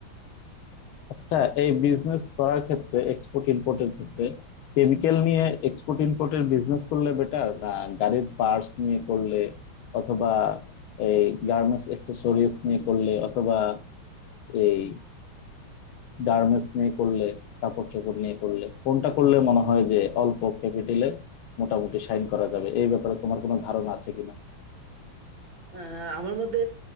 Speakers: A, on the left; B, on the right.
A: আচ্ছা এই বিজনেস করার ক্ষেত্রে এক্সপোর্ট ইম্পোর্টের ক্ষেত্রে কেমিক্যাল নিয়ে এক্সপোর্ট ইম্পোর্টের বিজনেস করলে বেটার না গাড়ির পার্টস নিয়ে করলে অথবা এই গার্মেন্টস অ্যাক্সেসরিজ নিয়ে করলে অথবা এই গার্মেন্টস নিয়ে করলে কাপড় চোপড় নিয়ে করলে কোনটা করলে মনে হয় যে অল্প ক্যাপিটালে মোটামুটি সাইন করা যাবে এই ব্যাপারে তোমার কোনো ধারণা আছে কিনা
B: আহ, আমার মতে